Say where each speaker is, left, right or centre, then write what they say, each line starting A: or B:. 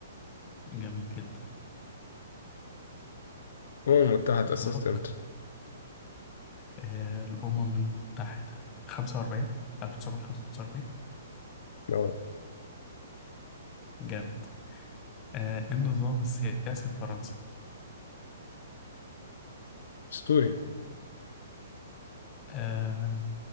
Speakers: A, on the left; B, on the left.
A: جميل جدا
B: الامم المتحده تاسست
A: دورك
B: امتى
A: آه، الأمم المتحدة 45 1945
B: اه
A: جامد آه، إيه النظام السياسي في فرنسا
B: اسطوري
A: آه،